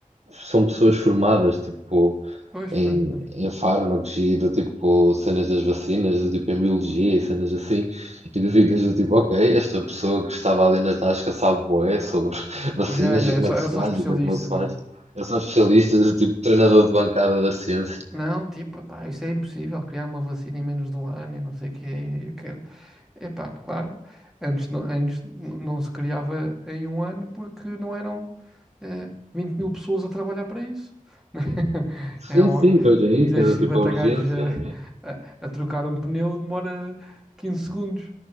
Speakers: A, on the right (about 50°); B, in the centre.
A: são pessoas formadas tipo
B: Pois,
A: em,
B: pois, pois.
A: em fármacos e do tipo cenas das vacinas, do tipo em biologia e cenas assim, e tu ficas do tipo, ok, esta pessoa que estava ali na tasca sabe bué sobre <laughs> vacinas
B: Yeah, yeah,
A: e
B: era
A: como
B: só,
A: é que
B: era
A: se
B: só
A: faz
B: especialista,
A: e como é que não se
B: não
A: faz.
B: é?
A: É só especialista, do tipo treinador de bancada da ciência.
B: Não, tipo, pá, isso é impossível, criar uma vacina em menos de um ano e não sei o que, eu quero. Epá, claro, antes, não, antes n- não se criava em um ano porque não eram eh, 20 mil pessoas a trabalhar para isso. <laughs>
A: Sim,
B: É óbvio,
A: sim, pois é
B: que
A: isso,
B: meteres
A: é do
B: 50
A: tipo a urgência.
B: gajos
A: é-
B: a, a- a trocar um pneu demora 15 segundos.